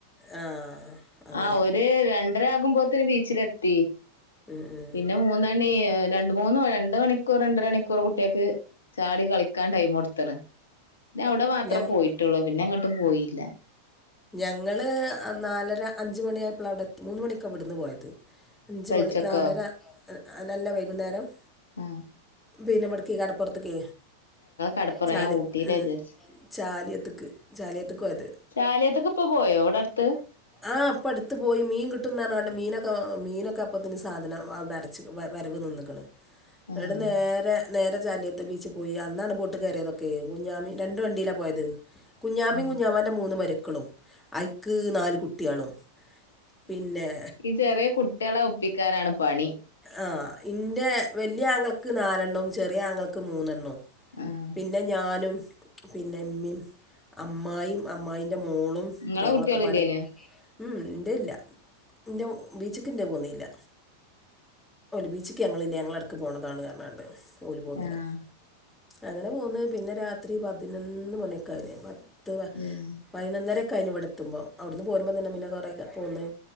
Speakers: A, in the centre; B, on the left.
A: ആഹ് അങ്ങനെ
B: ആഹ് ഒരു രണ്ടരാകുമ്പോത്തന് ബീച്ചിലെത്തി,
A: ഉം ഉം
B: പിന്നെ മൂന്നണി ഏ രണ്ട് മൂന്ന് രണ്ട് മണിക്കൂർ രണ്ടര മണിക്കൂർ കുട്ടികക്ക് ചാടി കളിക്കാൻ ടൈം കൊടുത്തണ്. പിന്ന അവിടെ മാത്രേ
A: ഞങ്ങള്
B: പോയിട്ടുള്ളൂ, പിന്നെ എങ്ങോട്ടും പോയില്ല.
A: ഞങ്ങള് നാലര അഞ്ച മണിയയപ്പോള അവിടെ മൂന്ന മണിക്കാണ് വിവിടുന്ന് പോയത് അഞ്ച
B: പെൽച്ചക്കോ
A: മണി നാലര നല്ല വൈകുന്നേരം
B: അ
A: ബീനമടക്ക കട് പോറത്തക്ക
B: കടപ്പുറ
A: ചല്
B: ഞാൻ ഊട്ടിയിലാ
A: ഉ
B: വിചാരിച്ച്
A: ചാലിയത്തക്ക് ചാലിയത് ക്ക് പോയദ്
B: ചാലിയത്ത്ക്ക് ഇപ്പൊ പോയോ ഇവിടെ അടുത്ത്
A: ആ പ്പ അടു പോയി മീൻ കിട്ടും പറഞ്ഞ് കണ്ട് മീനൊെ മീനൊക്കെ അപ്പത്തന് സാധനം അവിടെ അടച്ച് വരവ് നിന്നക്കണ്
B: ആഹ്
A: ഇവിടെ നേരെ നേരെ ചാലിയത്ത് ബീച്ച പോയി അന്നാണ് ബോട്ട് കയറിയതൊക്കെ കുഞ്ഞാമി രണ്ട് വണ്ടിയിലാ പോയത് കുഞ്ഞാമയും
B: ആഹ്
A: കുഞ്ഞാമാൻ്ന്റെ മൂന്ന് മരക്കളും ഐക്ക് നാല് കുട്ടികളും പിന്നെ
B: ഈ ചെറിയ കുട്ടികളെ ഒപ്പിക്കാനാണ് പണി
A: ആ ഇൻ്റെ വലിയ ആങ്ങൾക്ക് നാലെണ്ണവും ചെറിയ ആങ്ങൾക്ക് മൂന്നെണ്ണവും
B: ആഹ്
A: പിന്നെ ഞാനും പിന്നെമ്മയും അമ്മായിമ് അമായി മോളും
B: ഇങ്ങളെ
A: ഞങ്ങളൊക്കെ
B: കുട്ടികളില്ലേനോ
A: പാട ഉ എ ഇല്ലന്റെ ബീച്ച് യെന്തത്‌ പോന്നല്ല ബീച്ചക്ക് ഞങ്ങളല്ല ഞടക്ക് പോണതാണ് പരണാണ്ട് ഓല പോകുന്നില്ല
B: ആഹ്
A: അങ്ങനെ പോകുന്നത് പിന്നെ രാത്രി പതിനൊന്ന് മണിയൊക്കെ അതിന് പത്തര
B: ആഹ്
A: പൈന്നര കെ ആയി ഇവിടെ എത്തുമ്പോം അവിടുന്ന് പോകുമ്പോൾ തന്നെ പിന്നെ കുറേക്കെ പോകുന്നു